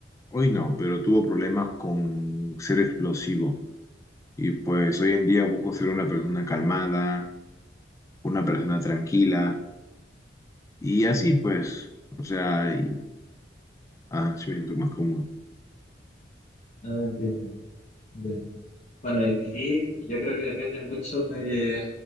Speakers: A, on the left; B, on the left.
A: hoy no, pero tuvo problemas con ser explosivo. Y pues hoy en día busco ser una persona calmada, una persona tranquila. Y así pues, o sea, y, ah, sí me siento más cómodo.
B: Ah, entiendo. Ya. Bueno, y aquí yo creo que depende mucho de